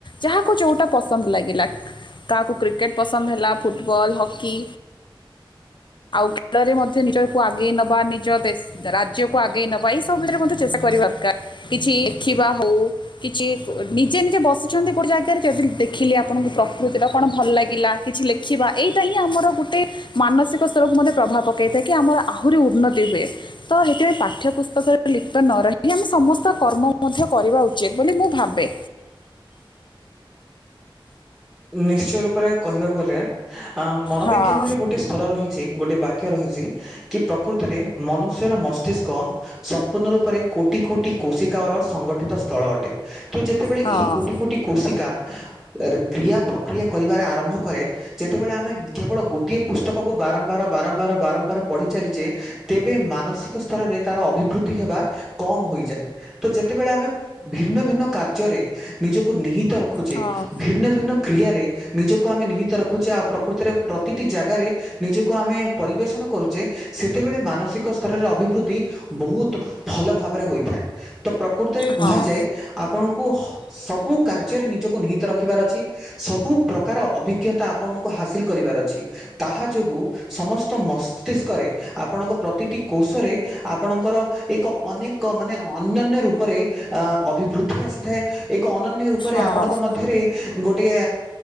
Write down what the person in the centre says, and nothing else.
ନିଶ୍ଚୟ ରୂପରେ କହିବାକୁ ଗଲେ ଅ ମନୋବିଜ୍ଞାନରେ
ଗୋଟେ ସ୍ତର ରହିଛି ଗୋଟିଏ ବାକ୍ୟ ରହିଛି କି ପ୍ରକୃତରେ ମନୁଷ୍ୟର ମସ୍ତିଷ୍କ ସମ୍ପୂର୍ଣ୍ଣ ରୂପରେ କୋଟି କୋଟି କୋଶିକାଓର ସଂଗଠିତ ସ୍ଥଳ ଅଟେ। ତ ଯେତେବେଳେ
ଏହି କୋଟି କୋଟି କୋଶିକା ରେ କ୍ରିୟା ପ୍ରକ୍ରିୟା କରିବାରେ ଆରମ୍ଭ କରେ। ଯେତେବେଳେ ଆମେ କେବଳ ଗୋଟିଏ ପୁସ୍ତକକୁ ବାରମ୍ବାର ବାରମ୍ବାର ବାରମ୍ବାର ପଢ଼ି ଚାଲିଛେ ତେବେ ମାନସିକ ସ୍ତରରେ ତାର ଅଭିବୃଦ୍ଧି ହେବା କମ ହୋଇଯାଏ। ତ ଯେତେବେଳେ ଆମେ ଭିନ୍ନ ଭିନ୍ନ କାର୍ଯ୍ୟରେ ନିଜକୁ ନିହିତ ରଖୁଛେ
ଭିନ୍ନ ଭି ବିଭିନ୍ନ କ୍ରିୟାରେ ନିଜକୁ ଆମେ ନିହିତ ରଖୁଛେ ଆଉ ପ୍ରକୃତିରେ ପ୍ରତିଟି ଜାଗାରେ ନିଜକୁ ଆମେ ପରିବେଷଣ କରୁଛେ ସେତେବେଳେ ମାନସିକ ସ୍ତରରେ ଅଭିବୃଦ୍ଧି ବହୁତ ଭଲ ଭାବରେ ହୋଇଥାଏ ତ ପ୍ରକୃତରେ କୁହାଯାଏ
ଆପଣଙ୍କୁ ସବୁ କାର୍ଯ୍ୟରେ ନିଜକୁ ନିହିତ ରଖିବାର ଅଛି। ସବୁ ପ୍ରକାର ଅଭିଜ୍ଞତା ଆପଣଙ୍କୁ ହାସିଲ କରିବାର ଅଛି। ତାହା ଯୋଗୁଁ ସମସ୍ତ ମସ୍ତିଷ୍କରେ ଆପଣଙ୍କ ପ୍ରତିଟି କୋଷରେ ଆପଣଙ୍କର ଏକ ଅନେକ ମାନେ ଅନ୍ୟନ୍ୟ ରୂପରେ ଅ ଅଭିବୃଦ୍ଧି ଆସିଥାଏ। ଏକ ଅନନ୍ୟ ରୂପରେ
ଆପଣଙ୍କ ମଧ୍ୟରେ ଗୋଟିଏ